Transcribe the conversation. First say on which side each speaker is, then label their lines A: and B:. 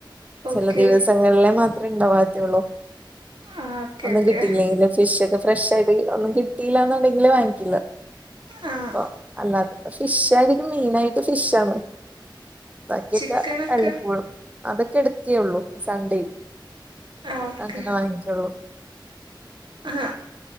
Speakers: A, on the right; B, on the right.
A: ചെല
B: ഓക്കെ
A: ദിവസങ്ങളിലേ മാത്രമേ ഉണ്ടാവാത്ത്യുള്ളൂ
B: ആഹ് ഓക്കെ
A: ഒന്നും
B: ഓക്കെ
A: കിട്ടിയില്ലെങ്കില് ഫിഷ് ഒക്കെ ഫ്രഷ് ആയിട്ട് ഒന്നും കിട്ടിയില്ലാന്നുണ്ടെങ്കില് വാങ്ങിക്കില്ല
B: ആഹ്
A: അപ്പൊ അല്ലാതെ ഫിഷ് ആയിരിക്കും മെയിൻ ആയിട്ട് ഫിഷാണ് ബക്കിയൊക്കെ
B: ചിക്കനൊക്കെ
A: വല്ലപ്പോഴും അതൊക്കെ എടുക്ക്യേള്ളൂ സൺ‌ഡേ
B: ആഹ് ഓക്കെ
A: അങ്ങനെ വാങ്ങിച്ചോള്ളൂ
B: ആഹ